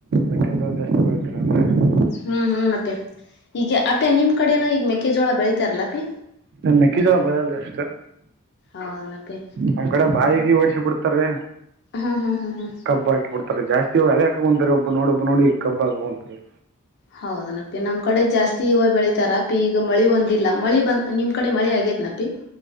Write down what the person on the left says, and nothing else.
ಹ್ಮ್ ಹ್ಮ್ ಅಪೆ ಈಗ ಅಪೀ ನಿಮ್ ಕಡೇನನು ಈಗ ಮೆಕ್ಕೆಜೋಳ ಬೆಳಿತಾರಲ್ಲ ಅಪಿ
ಹೌದನಪ್ಪಿ
ಹ್ಮ್ ಹ್ಮ್ ಹ್ಮ್ ಹ್ಮ್
ಹೌದನಪ್ಪ ನಮ್ ಕಡೆ ಜಾಸ್ತಿ ಇವ ಬೆಳಿತಾರ ಅ ಪ ಈಗ ಮಳಿ ಒಂದಿಲ್ಲ ಮಳಿ ಬಂದ ನಿಮ್ ಕಡೆ ಮಳೆ ಆಗ ನಿ